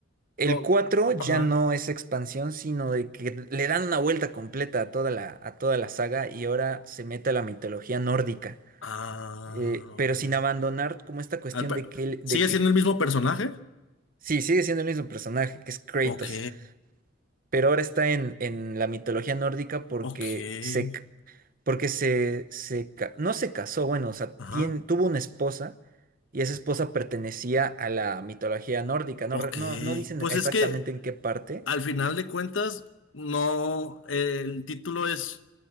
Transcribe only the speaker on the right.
El
4 ya
no es expansión, sino de que le dan una vuelta completa a toda la, a toda la saga y ahora se mete a la mitología nórdica.
Eh, pero
sin abandonar como esta cuestión
de que, él-
de que
sí, sigue siendo el mismo personaje, que es Kratos,
pero ahora está en, en la mitología nórdica porque
se, Porque se, se ca- no se casó, bueno, o sea,
tien- tuvo una esposa y esa esposa pertenecía a la mitología nórdica. No,
re- no, no dicen
exactamente
en qué parte.